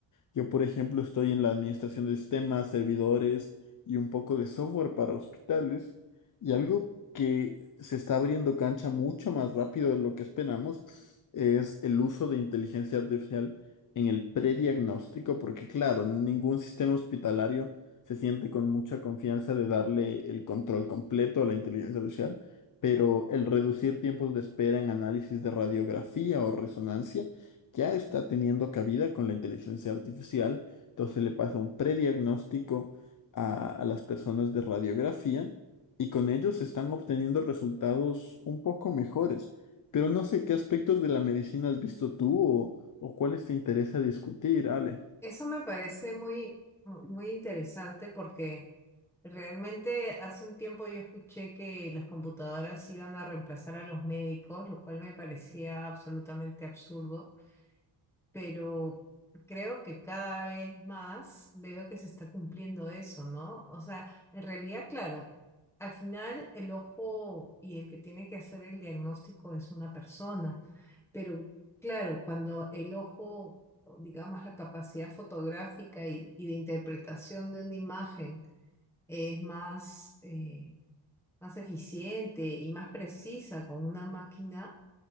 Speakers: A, on the left (about 40°); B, in the centre.
A: Yo, por ejemplo, estoy en la administración de sistemas, servidores y un poco de software para hospitales. Y algo que se está abriendo cancha mucho más rápido de lo que esperamos es el uso de inteligencia artificial en el prediagnóstico, porque claro, ningún sistema hospitalario se siente con mucha confianza de darle el control completo a la inteligencia artificial, pero el reducir tiempos de espera en análisis de radiografía o resonancia ya está teniendo cabida con la inteligencia artificial, entonces le pasa un prediagnóstico a a las personas de radiografía y con ellos están obteniendo resultados un poco mejores. Pero no sé qué aspectos de la medicina has visto tú o, o cuáles te interesa discutir, Ale.
B: Eso me parece muy, muy interesante porque realmente hace un tiempo yo escuché que las computadoras iban a reemplazar a los médicos, lo cual me parecía absolutamente absurdo. pero creo que cada vez más veo que se está cumpliendo eso, ¿no? O sea, en realidad, claro, al final el ojo y el que tiene que hacer el diagnóstico es una persona, pero claro, cuando el ojo, o digamos, la capacidad fotográfica y, y de interpretación de una imagen es más, eh, más eficiente y más precisa con una máquina,